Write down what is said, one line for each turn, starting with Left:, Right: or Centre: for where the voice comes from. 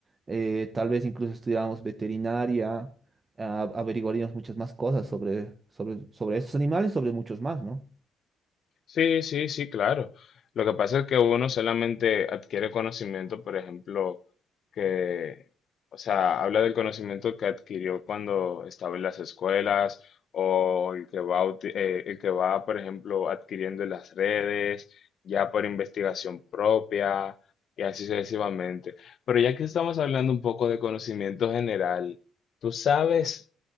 Right: eh, tal vez incluso estudiáramos veterinaria, a- averiguaríamos muchas más cosas sobre, sobre, sobre estos animales, sobre muchos más, ¿no?
Left: Sí, sí, sí, claro. Lo que pasa es que uno solamente adquiere conocimiento, por ejemplo, que, o sea, habla del conocimiento que adquirió cuando estaba en las escuelas o el que va, uti- eh, el que va, por ejemplo, adquiriendo en las redes, ya por investigación propia y así sucesivamente. Pero ya que estamos hablando un poco de conocimiento general, ¿tú sabes